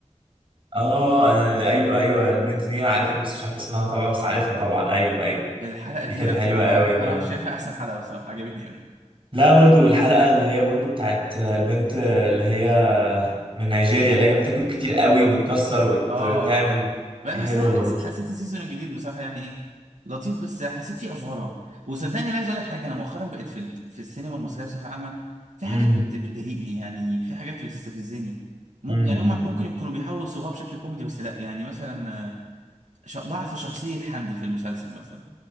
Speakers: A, on the right; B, on the right.
A: اه انا ايوه ايوه البنت دي انا عارفها بس مش عارف اسمها طبعا بس عارفها
B: اه
A: طبعا ايوه ايوه
B: الحلقه دي
A: دي كانت حلوة
B: انا سمعتها
A: قوي
B: انا
A: اه
B: شايفها احسن حلقه بصراحه عجبتني قوي
A: لا برضو الحلقة اللي هي برضو بتاعت البنت اللي هي من نيجيريا اللي هي بتاكل كتير قوي وبتكسر
B: اه
A: وبتعمل
B: اه بقى-
A: دي
B: بس
A: حلوه
B: انا
A: برضه
B: حس... حسيت السيزون الجديد بصراحه يعني ايه لطيف بس حسيت فيه افوره وصدقني انا عايز اقول لك حاجه انا مؤخرا بقيت في ال... في السينما المصريه بصفه عامه في
A: مم.
B: حاجات بت... بتضايقني يعني في حاجات بتستفزني ممكن
A: مم.
B: يعني هم
A: مم.
B: ممكن يكونوا بيحاولوا يصوغوها بشكل كوميدي بس لا يعني مثلا آه، ش- ضعف شخصيه حمدي في المسلسل مثلا